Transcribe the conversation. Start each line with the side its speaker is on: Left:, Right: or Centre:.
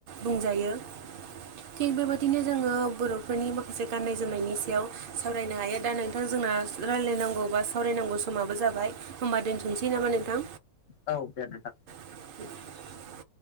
Right: बुंजायो थिग बेबायदिनो जोङो बर'फोरनि माखासे गाननाय जोमनायनि सायाव सावरायनो हायो दा नोंथां जोंना रायलायनांगौ बा सावरायनांगौ समाबो जाबाय होनोमबा दोनथनोसै नामा नोंथां
Left: औ दे नोंथां
Right: <unintelligible>